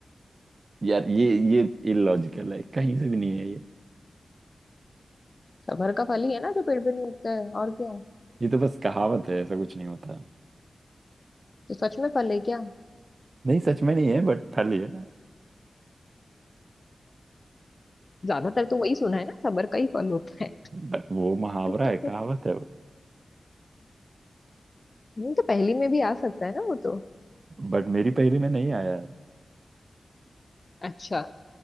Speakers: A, on the right; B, on the left.
A: यार ये ये इलॉजिकल है कहीं से भी नहीं है ये
B: सबर का फल ही है ना जो पेड़ पे नहीं उगता है और क्या है
A: ये तो बस कहावत है ऐसा कुछ नहीं होता
B: तो सच में फल है क्या
A: नहीं सच में नहीं है बट फली है
B: ज्यादातर तो वही सुना है ना सबर का ही फल होता है
A: बट वो मुहावरा
B: नहीं
A: है कहावत है वो
B: तो पहली में भी आ सकता है ना वो तो
A: बट मेरी पहेली में नहीं आया
B: अच्छा